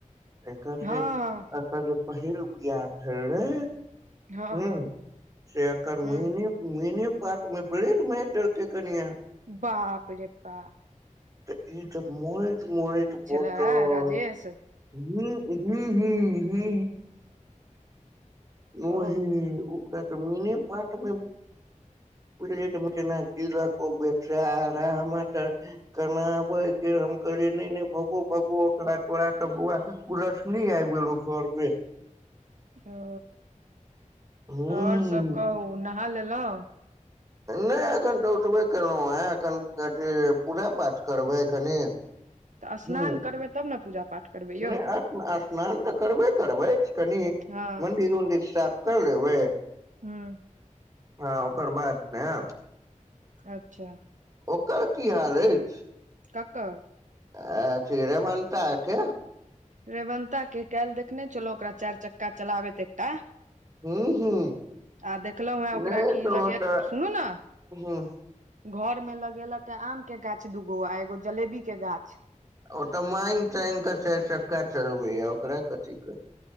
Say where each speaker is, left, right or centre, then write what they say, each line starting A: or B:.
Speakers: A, on the right; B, on the right.
A: एकर
B: हँ
A: जे ए जे पहिल बआ। भेले
B: हँ हँ
A: हा से आर
B: ह
A: मुहिनी। मने पात मे ब्रेड मार देलकै कनिया।
B: बाप रे बाप
A: तऽ ई तऽ मरैत मरैत तऽ
B: छलै
A: बचत ह
B: राजेश
A: हू हू हू। ओहि
B: ओ
A: ओकरा तऽ मेने पर्त मे झलना ज बे आ तऽ। <unintelligible> केना आबै हम करिय नहि भगो भगो ओकरा तोरा तऽ बुआ। कुलक्छिनी आबि गेलौ घरमे।
B: ओ
A: हूं
B: ओर सभ कहू नहा लेलहुँ।
A: नहि एखन तऽ उठबे केलहुँ हँ एखन अथी पूजा पाठ करबै कनि।
B: तऽ स्नान
A: हूं
B: करबै तब ने पूजा पाठ। करबै यौ
A: नहि स्नान तऽ करबे करबै कनि
B: हँ
A: मंन्दिर उदिर साफ। क ने भै।
B: हँ।
A: ह ओकर बात नेहैब
B: अच्छा।
A: ओकर कि हाल अछि।
B: ककर
A: आ रेवंता के
B: रेवंता के काल्हि देखने छलो ओकरा चारि चक्का चलाबैत एकटा।
A: हूं हूं
B: आ देखलहुँ हे ओकरा
A: नहि
B: कि
A: तऽ
B: लगेल
A: ओ तऽ
B: सुनू ने
A: हूं
B: घर मे लगेलक आम के गाछ दूगो आ एगो जलेबी के गाछ
A: ओ तऽ मागि तागि कऽ चारि चक्का चलबैया ओकरा कथी क